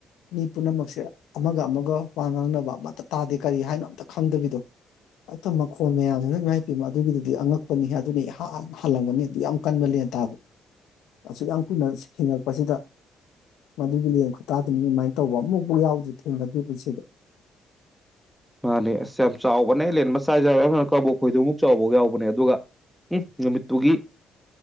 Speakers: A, on the left; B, in the centre.
A: ꯃꯤ ꯄꯨꯝꯅꯃꯛꯁꯦ ꯑꯃꯒ ꯑꯃꯒ ꯋꯥ ꯉꯥꯡꯅꯕ ꯑꯃꯠꯇ ꯇꯥꯗꯦ ꯀꯔꯤ ꯍꯥꯏꯅꯣ ꯑꯝꯇ ꯈꯪꯗꯕꯤꯗꯣ ꯑ ꯇ ꯃꯈꯣꯜ ꯃꯌꯥꯝꯖꯤꯅ ꯏꯃꯥꯏꯄꯦꯝꯃ ꯑꯗꯨꯒꯤꯗꯨꯗꯤ ꯑꯉꯛꯄꯅꯤ ꯍꯦ ꯑꯗꯨꯅꯤ ꯏꯍ ꯍꯍ ꯍꯜꯥꯂꯝꯒꯅꯤ ꯑꯗꯨ ꯌꯥꯝ ꯀꯟꯕ ꯂꯦꯟ ꯇꯥꯕ ꯑꯁꯨꯛ ꯌꯥꯝ ꯀꯨꯏꯅ ꯍꯤꯡꯉꯛꯄꯁꯤꯗ ꯃꯗꯨꯒꯤ ꯂꯦꯟ ꯈꯨꯇꯥ ꯑꯗꯨꯝ ꯑꯗꯨꯃꯥꯏꯅ ꯇꯧꯕ ꯑꯃꯨꯛꯐꯥꯎ ꯌꯥꯎꯗ꯭ꯔꯤ ꯊꯦꯡꯅꯗ꯭ꯔꯤ ꯄꯨꯟꯁꯤꯗ
B: ꯃꯥꯅꯦ ꯑꯁ ꯌꯥꯝ ꯆꯥꯎꯕꯅꯦ ꯂꯦꯟ ꯃꯆꯥ <unintelligible> ꯀꯕꯣꯛꯈꯣꯏꯗꯣꯝꯃꯨꯛ ꯆꯥꯎꯕꯒ ꯌꯥꯎꯕꯅꯦ ꯑꯗꯨꯒ ꯎꯝ ꯅꯨꯃꯤꯠꯇꯨꯒꯤ